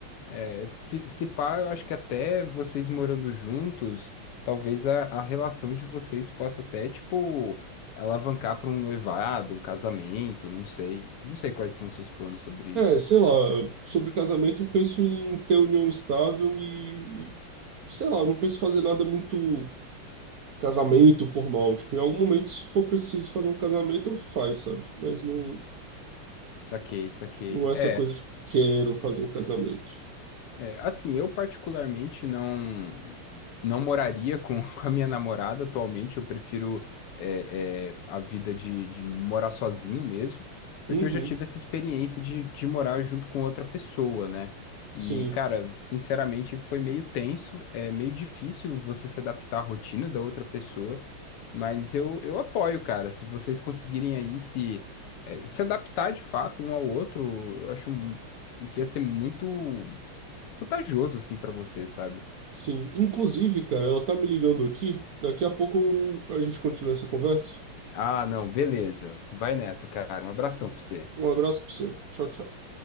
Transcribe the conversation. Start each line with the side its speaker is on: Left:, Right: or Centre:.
Left: É, se, se pá, eu acho que até vocês morando juntos, talvez a, a relação de vocês possa até, tipo, alavancar para um noivado, um casamento, não sei. Não sei quais são os seus planos sobre
Right: É,
Left: isso.
Right: sei lá, sobre casamento eu penso em ter união estável e, e, sei lá, eu não penso em fazer nada muito casamento formal. Tipo, em algum momento, se for preciso fazer um casamento, eu faz, sabe? Mas não,
Left: Saquei, saquei.
Right: não é essa
Left: É.
Right: coisa, tipo, quero fazer um casamento.
Left: É, assim, eu particularmente não não moraria com, <laughs> com a minha namorada atualmente. Eu prefiro é, é, a vida de, de morar sozinho mesmo, porque
Right: Uhum,
Left: eu já tive essa experiência de, de morar junto com outra pessoa, né?
Right: sim,
Left: E, cara, sinceramente, foi meio tenso, é meio difícil você se adaptar à rotina da outra pessoa, mas eu, eu apoio, cara. Se vocês conseguirem aí se, é, se adaptar de fato um ao outro, eu acho que ia ser muito vantajoso assim pra você, sabe?
Right: sim. Inclusive, cara, ela tá me ligando aqui. Daqui a pouco a gente continua essa conversa.
Left: Ah, não, beleza. Vai nessa, cara. Um abração pra você.
Right: Um abraço pra você. Tchau, tchau.